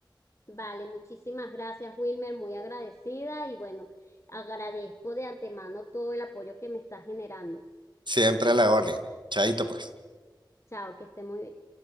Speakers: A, on the left; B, on the right.
A: Vale, muchísimas gracias, Wilmer, muy agradecida y bueno, agradezco de antemano todo el apoyo que me está generando.
B: Siempre a la orden. Chaito, pues.
A: Chao, que esté muy bien.